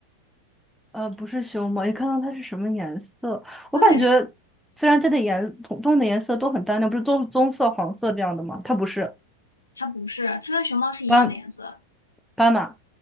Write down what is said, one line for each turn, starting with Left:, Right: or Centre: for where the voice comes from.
Centre: 呃，不是熊猫，你看到它是什么颜色？我感觉
Left: 对，
Centre: 自然界的颜，动动物的颜色都很单调，不是棕棕色、黄色这样的吗？它不是
Left: 它不是，它跟熊猫是一样的颜色，
Centre: 斑斑马